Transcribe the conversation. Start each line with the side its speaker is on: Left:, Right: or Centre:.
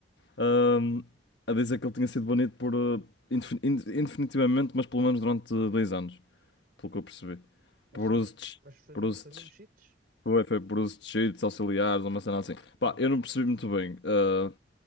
Left: ahm, a dizer que ele tinha sido banido por. eh, indefin- inde- indefinitivamente, mas pelo menos durante dois anos. Pelo que eu percebi.
Right: Mas
Left: Por
Right: sabes,
Left: uso de.
Right: mas foi
Left: Por
Right: mesmo,
Left: uso
Right: foi
Left: de
Right: mesmo cheats?
Left: foi, foi por uso de cheats auxiliares, uma cena assim. Pá,
Right: Ui,
Left: eu não percebi muito bem. eh,